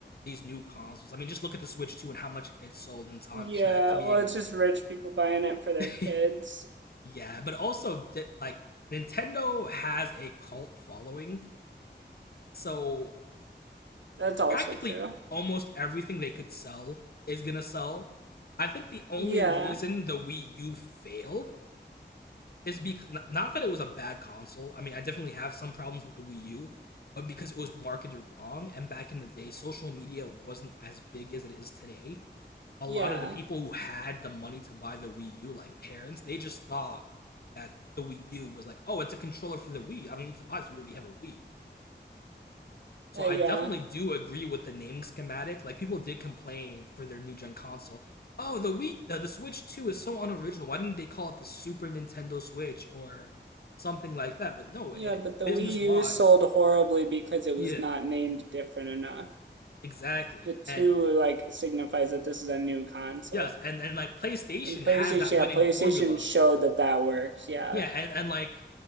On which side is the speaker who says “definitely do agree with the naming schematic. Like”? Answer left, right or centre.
Left